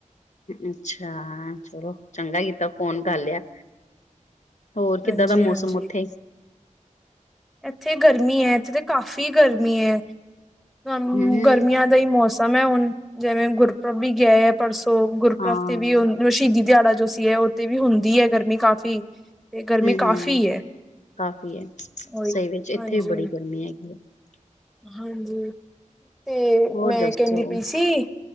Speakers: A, on the left; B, in the centre.
A: ਅੱਛਾ ਚਲੋ, ਚੰਗਾ ਕੀਤਾ ਫੋਨ ਕਰ ਲਿਆ। ਹੋਰ
B: ਹਾਂਜੀ
A: ਕਿੱਦਾਂ ਦਾ ਮੌਸਮ
B: ਹਾਂਜੀ
A: ਉੱਥੇ
B: ਇੱਥੇ ਗਰਮੀ ਐ, ਇੱਥੇ ਤਾਂ ਕਾਫ਼ੀ ਗਰਮੀ ਐ। ਅ
A: ਹਮ
B: ਗਰਮੀਆਂ ਦਾ ਹੀ ਮੌਸਮ ਹੈ ਹੁਣ ਜਿਵੇਂ ਗੁਰਪ੍ਰਬ ਵੀ ਗਿਆ ਆ ਪਰਸੋਂ ਗੁਰਪ੍ਰਬ
A: ਹਾਂ
B: ਤੇ
A: ਹਮ
B: ਵੀ ਸ਼ਹੀਦੀ ਦਿਹਾੜਾ ਜੋ ਸੀ ਐ, ਉੱਥੇ ਵੀ ਹੁੰਦੀ ਐ ਗਰਮੀ ਕਾਫ਼ੀ ਤੇ ਗਰਮੀ
A: ਹਂ, ਹਂ,
B: ਕਾਫ਼ੀ ਹੈ
A: ਕਾਫ਼ੀ ਐ। <unintelligible>
B: ਉਹੀ
A: ਸਹੀ ਵਿੱਚ
B: ਹਾਂਜੀ
A: ਇੱਥੇ ਵੀ ਬੜੀ ਗਰਮੀ ਏ। <unintelligible>
B: ਹਾਂਜੀ। ਤੇ
A: ਹੋਰ
B: ਮੈਂ
A: ਦੱਸੋ
B: ਕਹਿੰਦੀ ਪਈ ਸੀ